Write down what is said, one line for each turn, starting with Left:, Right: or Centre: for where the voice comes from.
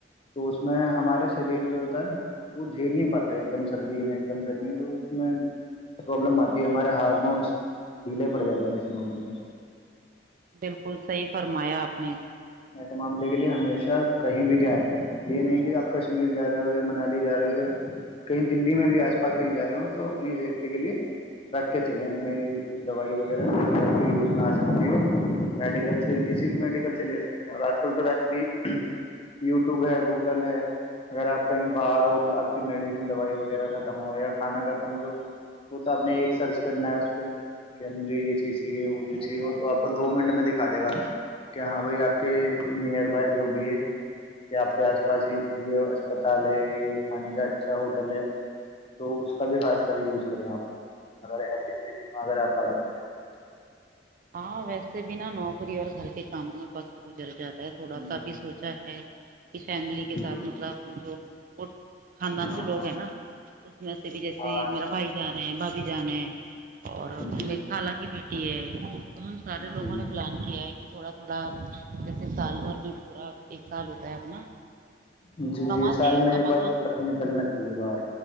Left: تو اس میں ہمارے شریر جو ہوتا ہے وہ جھیل نہیں پاتا ایک دم سردی میں ایک دم گرمی تو اس میں پرابلم آتی ہے ہمارے ہارمونس ڈھیلے پڑ جاتے ہیں اس ماملے میں
Right: بل کل صحی فرمایا آپ نے
Left: ایسے معاملے کے لیے ہمیشہ کہیں بھی جائیں یہ نہیں کہ آپ کشمیر جا رہے ہو یا منالی جا رہے ہو یا کہیں دللی میں بھی آس پاس کہیں جا رہے ہو تو اپنی سیفٹی کے لیے رکھ کے چلیں اپنے دوائی وغیرہ جو بھی آپ کے یوز میں آ سکتی ہو میڈیکل پھر کسی بھی میڈیکل سے لے سکتے ہیں اور آج کل تو ویسے بھی یوٹیوب ہے گوگل ہے اگر آپ کہیں باہر ہو آپ کی میڈیسن دوائی وغیرہ ختم ہو یا کھانا ختم ہو تو وہ تو آپ نے ایک سرچ کرنا ہے اس پہ کہ مجھے یہ چیز چاہیے وہ چیز چاہیے ہو تو آپ کو دو منٹ میں دکھا دے گا کہ ہاں بھائی آپ کے نیئر بائے جو بھی ہے کہ آپ کے آس پاس یہ اسپتال ہے یا یہ کھانے کا اچھا ہوٹل ہے تو اس کا بھی خاص کر یوز کریں آپ اگر ایسی اس میں اگر آپ آ جاتے ہیں
Right: ہاں ویسے بھی نا نوکری اور گھر کے کاموں میں وقت گزر جاتا ہے تھوڑا
Left: ہ
Right: سا بھی سوچا ہے کہ فیملی کے
Left: بالکل
Right: ساتھ مطلب جو خاندان
Left: ہاں
Right: کے لوگ
Left: ہاں
Right: ہیں نا اس میں سے بھی جیسے
Left: ہاں
Right: میرا بھائی جانا ہے بھبھی جانا ہے اور
Left: جی
Right: می خالہ کی بیٹی <unintelligible> تو ہم سارے لوگوں
Left: جی
Right: نے پلان کیا ہے تھوڑا تھوڑا جیسے سال بھر میں پورا ایک سال ہوتا ہے اپنا
Left: جی
Right: کماتے
Left: جی سال
Right: ہیں
Left: میں
Right: کمات
Left: ایک بار کلب نکلنا چاہیے باہر